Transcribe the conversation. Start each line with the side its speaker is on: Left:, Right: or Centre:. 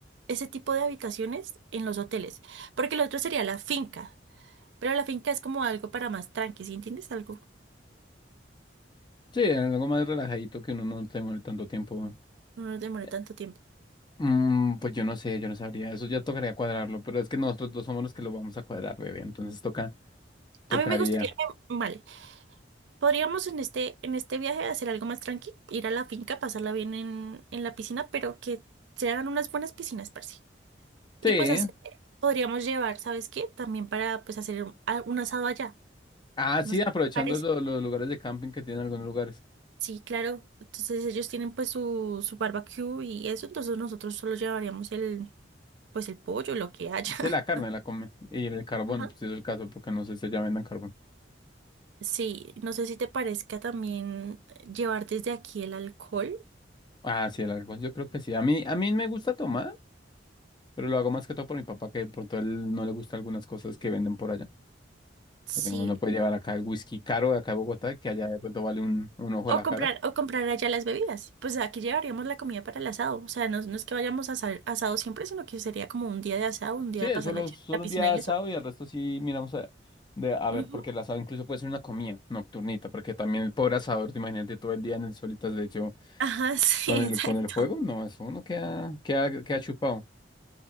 Right: ese tipo de habitaciones en los hoteles, porque lo otro sería la finca. Pero la finca es como algo para más tranqui, ¿sí entiendes algo?
Left: Sí, algo más relajadito que uno no tenga tanto tiempo.
Right: No nos demore
Left: Eh,
Right: tanto tiempo.
Left: Mm, pues yo no sé, yo no sabría. Eso ya tocaría cuadrarlo, pero es que nosotros dos somos los que lo vamos a cuadrar, bebé. Entonces toca, tocaría.
Right: A mí me gustaría, vale, podríamos en este, en este viaje hacer algo más tranqui, ir a la finca, pasarla bien en, en la piscina, pero que sean unas buenas piscinas, parce. Y
Left: Sí,
Right: pues hacer- podríamos llevar, ¿sabes qué? También para pues hacer un, a- un asado allá,
Left: Ah, sí,
Right: ¿no sé qué
Left: aprovechando
Right: te parece?
Left: lo- los lugares de camping que tienen algunos lugares.
Right: Sí, claro. Entonces ellos tienen pues su, su barbecue y eso, entonces nosotros solo llevaríamos el, pues el pollo, lo que haya.
Left: Sí, la carne la come. Y el carbón,
Right: <laughs> Ajá.
Left: pues es el caso, porque no sé si ya vendan carbón.
Right: Sí, no sé si te parezca también eh, llevar desde aquí el alcohol.
Left: Ah, sí, el alcohol, yo creo que sí. A mí, a mí me gusta tomar, pero lo hago más que todo por mi papá, que por todo él no le gusta algunas cosas que venden por allá.
Right: Sí.
Left: Porque uno puede llevar acá el whisky caro de acá de Bogotá, que allá de pronto vale un, un ojo de la
Right: O
Left: cara.
Right: comprar, o comprar allá las bebidas. Pues aquí llevaríamos la comida para el asado. O sea, no, no es que vayamos a asar- asado siempre, sino que sería como un día de asado, un día
Left: Sí,
Right: de pasar
Left: solo,
Right: la, ch-
Left: solo
Right: la piscina
Left: un día de
Right: y
Left: asado
Right: eso.
Left: y el resto sí miramos a, de, a ver,
Right: Ujú.
Left: porque el asado incluso puede ser una comida nocturnita, porque también el pobre asador, te imagínate todo el día en el solitas de hecho.
Right: Ajá, <laughs> sí,
Left: Con el,
Right: exacto.
Left: con el fuego, no, eso uno queda, queda, queda chupado.